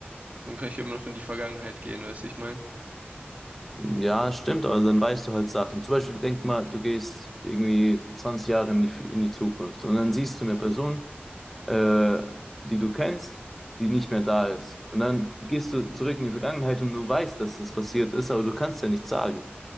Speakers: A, on the right; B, in the centre.
A: Dann kann ich ja immer noch in die Vergangenheit gehen, weißt du, ich meine.
B: Ja, stimmt, aber dann weißt du halt Sachen. Zum Beispiel, denk mal, du gehst irgendwie 20 Jahre in die, in die Zukunft und dann siehst du eine Person, äh, die du kennst, die nicht mehr da ist. Und dann gehst du zurück in die Vergangenheit und du weißt, dass es passiert ist, aber du kannst ja nichts sagen.